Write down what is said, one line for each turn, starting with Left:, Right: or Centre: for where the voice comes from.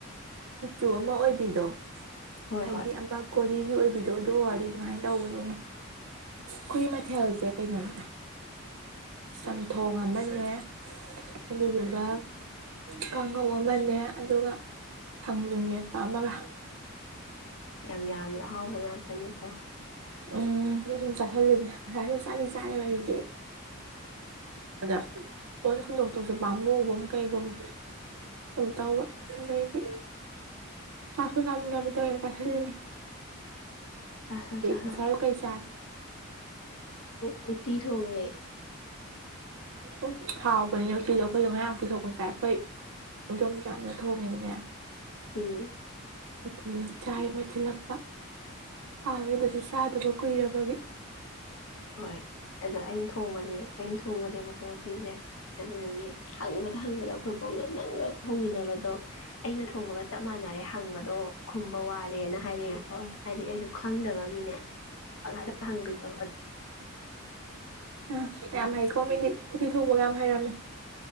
Right: ꯃꯆꯨ ꯑꯃ ꯑꯣꯏꯕꯤꯗꯣ
Left: ꯍꯣꯏ
Right: ꯍꯥꯏꯗꯤ
Left: ꯍꯣꯏ
Right: ꯑꯃ ꯀꯣꯔꯤ ꯒꯤ ꯑꯣꯏꯕꯤꯗꯣ ꯑꯗꯨ ꯑꯣꯏꯔꯗꯤ ꯑꯗꯨꯃꯥꯏꯅ ꯇꯧꯕꯅꯤꯅꯦ ꯈꯏ ꯃꯊꯦꯜꯁꯦ ꯀꯩꯅꯣꯅꯦ ꯆꯝꯊꯣꯡ ꯑꯃꯅꯦ ꯑꯗꯨꯗꯨꯒ ꯀꯥꯡꯉꯧ ꯑꯃꯅꯦ ꯑꯗꯨꯒ ꯊꯪꯖꯤꯡ ꯃ ꯄꯥꯝꯃꯒ
Left: ꯌꯥꯝ ꯌꯥꯝꯃꯤ ꯑꯍꯥꯎꯕ ꯉꯥꯛꯇꯅꯤꯀꯣ
Right: ꯎꯝ ꯁꯨꯝ ꯆꯥꯥꯁꯜꯂꯤꯅꯦ ꯉꯁꯥꯏꯁꯨ ꯆꯥꯂꯤ ꯆꯥꯏꯑꯕ ꯑꯩꯁꯦ ꯑꯗ ꯂꯣꯏꯅ ꯍꯨꯟꯗꯣꯛꯇꯣꯛꯁꯨ ꯄꯥꯝꯃꯨꯒꯨꯝ ꯀꯩꯒꯨꯝ ꯁꯨꯝ ꯇꯧꯕ ꯑꯗꯩꯗꯤ ꯆꯥꯛ ꯆꯥꯃꯤ ꯆꯥꯝꯃꯤ ꯇꯧꯋꯦ ꯆꯥꯥꯁꯜꯂꯤꯅꯦ
Left: ꯆꯣ ꯆ
Right: ꯉꯁꯥꯏꯨ ꯀꯩ ꯆꯥꯛꯦ
Left: ꯎ ꯎꯆ ꯎꯆꯤꯠ ꯍꯣꯡꯋꯦ
Right: ꯎ ꯍꯥꯎꯕꯅꯤꯅ ꯎꯇꯤꯗꯣ ꯑꯩꯈꯣꯏꯗ ꯉꯌꯥꯝ ꯄꯨꯊꯣꯛꯄ ꯆꯥꯏ ꯑꯩꯈꯣꯏ ꯌꯗꯣꯝꯆꯥꯥꯅ ꯊꯣꯡꯉꯦꯗꯅꯦ
Left: ꯎꯝ
Right: ꯎꯣꯇꯤꯗꯣ ꯆꯥꯏ ꯃꯣꯏꯠꯁꯤꯜꯂꯛꯄ ꯍꯥꯎꯋꯦ ꯑꯗꯨꯁꯨ ꯆꯥꯗꯕ ꯀꯨꯏꯔꯕꯒꯤ
Left: ꯍꯣꯏ ꯑꯗ ꯑꯩꯅ ꯊꯣꯡꯕꯁꯦ ꯑꯩꯅ ꯊꯣꯡꯒꯅꯦꯕꯀꯣ ꯦ ꯑꯗꯨꯁꯨꯔꯤ ꯍꯪꯕꯗ ꯍꯪꯕꯗ ꯑꯩꯈꯣꯏ ꯄꯣꯛꯅ ꯅꯪꯒ ꯊꯣꯡꯃꯤꯟꯅꯕꯗꯣ ꯑꯩꯅ ꯊꯣꯡꯕꯒ ꯆ ꯆꯞ ꯃꯥꯟꯅꯔꯦ ꯍꯪꯕꯗꯣ ꯈꯨꯝꯕ ꯋꯥꯔꯦꯅ ꯍꯥꯏꯔꯛꯑꯀꯣ ꯍꯥꯏꯗꯤ ꯑꯩꯗꯣ ꯈꯪꯗꯕꯒꯤꯅꯦ ꯉ ꯍꯪꯕꯤꯔꯣ
Right: ꯎꯝ ꯌꯥꯝ ꯍꯩꯀꯣ ꯃꯤꯗꯤ ꯎꯇꯤ ꯊꯣꯡꯕꯒ ꯌꯥꯝ ꯍꯩꯔꯝꯃꯦ